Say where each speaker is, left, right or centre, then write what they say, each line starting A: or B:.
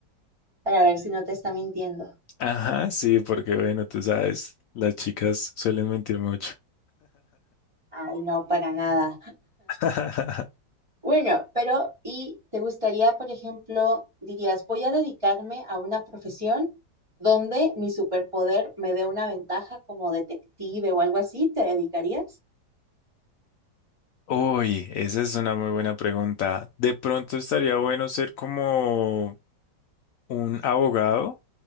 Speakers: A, on the right; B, on the left.
A: Para ver si no te está mintiendo.
B: Ajá, sí, porque bueno, tú sabes, las chicas suelen mentir mucho.
A: Ay, no, para nada.
B: <laughs>
A: Bueno, pero ¿y te gustaría, por ejemplo, dirías, voy a dedicarme a una profesión donde mi superpoder me dé una ventaja como detective o algo así? ¿Te dedicarías?
B: Uy, esa es una muy buena pregunta. De pronto estaría bueno ser como un abogado